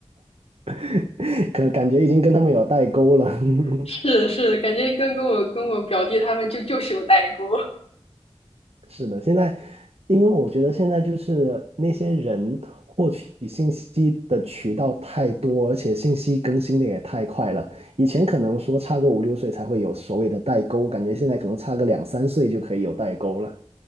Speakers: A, on the right; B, on the left.
A: <laughs> 可感觉已经跟他们有代沟了。<laughs>
B: <laughs> 是是，感觉跟跟我跟我表弟他们就就是有代沟。
A: 是的，现在，因为我觉得现在就是那些人获取信息的渠道太多，而且信息更新的也太快了。以前可能说差个五六岁才会有所谓的代沟，感觉现在可能差个两三岁就可以有代沟了。